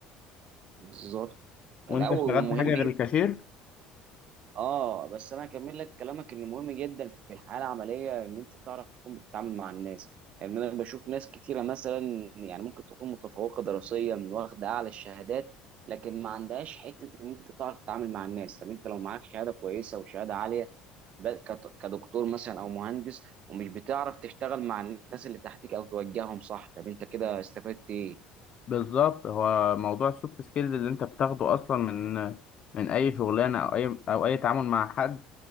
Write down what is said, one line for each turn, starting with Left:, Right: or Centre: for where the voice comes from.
Right: بالظبط
Left: وانت
Right: الاول
Left: اشتغلت
Right: مهم
Left: حاجه غير الكاشير
Right: اه بس انا هكمل لك كلامك ان مهم جدا في الحياه العمليه ان انت تعرف تكون بتتعامل مع الناس يعني انا بشوف ناس كتيره مثلا يعني ممكن تكون متفوقه دراسيا واخده اعلى الشهادات لكن ما عندهاش حته ان انت تعرف تتعامل مع الناس طب انت لو معاك شهاده كويسه وشهاده عاليه ب- كت- كدكتور مثلا او مهندس ومش بتعرف تشتغل مع الناس اللي تحتك او توجههم صح طب انت كده استفدت ايه
Left: بالظبط هو موضوع السوفت سكيلز اللي انت بتاخده اصلا من من اي شغلانه او اي او اي تعامل مع حد